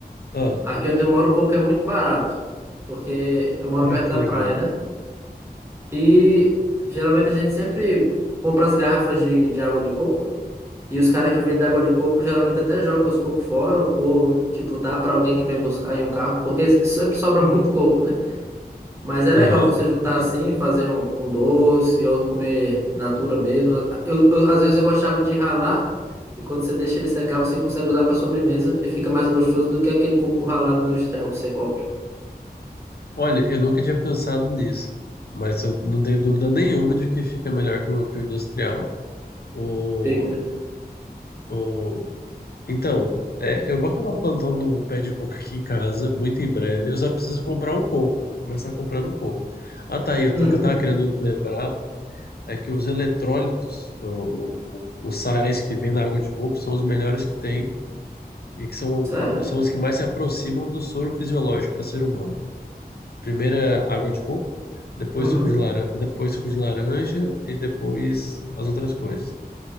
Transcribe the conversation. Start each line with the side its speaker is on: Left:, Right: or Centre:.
Left: Ah,
Right: aqui onde eu moro, coco é muito barato, porque eu moro
Left: ah,
Right: perto da
Left: que legal.
Right: praia, né? E geralmente a gente sempre compra as garrafas de, de água de coco, e os caras que vendem água de coco geralmente até jogam os cocos fora, ou tipo, dá pra alguém que vem buscar em um carro, porque sempre sobra muito coco, né? Mas é legal
Left: Aham.
Right: você juntar
Left: É,
Right: assim, fazer um, um doce ou comer in natura mesmo. Eu, eu- às vezes eu gostava de ralar e quando você deixa ele secar, você consegue usar para sobremesa e fica mais gostoso do que aquele coco ralado industrial que você compra.
Left: olha, eu nunca tinha pensado nisso, mas eu não tenho dúvida nenhuma de que fica melhor que o, que o industrial. O,
Right: Fica.
Left: o, Então, é, eu vou acabar plantando um pé de coco aqui em casa, muito em breve. Eu só preciso comprar um coco. Vou começar comprando coco. Ah, tá aí. O
Right: Uhum.
Left: que eu tava querendo lembrar é que os eletrólitos, o- o- o- os sais que vêm na água de coco, são os melhores que tem e que são,
Right: Sério?
Left: o- são os que mais se aproximam do soro fisiológico para ser humano. Primeiro é água de coco, depois
Right: Uhum.
Left: suco de laranja, depois suco de laranja e depois as outras coisas.